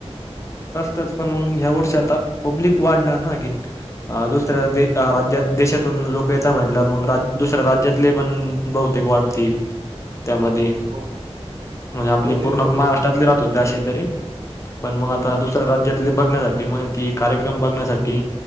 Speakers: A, on the left; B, on the right.
A: तेच ह्या वर्षी आता पब्लिक वाढणार ना दुसऱ्या राज्यात देशातून लोक याचा म्हटल्यावर म दुसऱ्या राज्यातले पण बहुतेक वाढतील. त्यामध्ये
B: हो
A: म्हणजे आपले
B: हो ते
A: पूर्ण
B: तर होतच
A: महाराष्ट्रातले
B: म्हणा आता
A: राहता हो अशे तरी. पण
B: हम्म
A: मग आता दुसऱ्या राज्यात. ते बघण्यासाठी म ते कार्यक्रम बघण्यासाठी.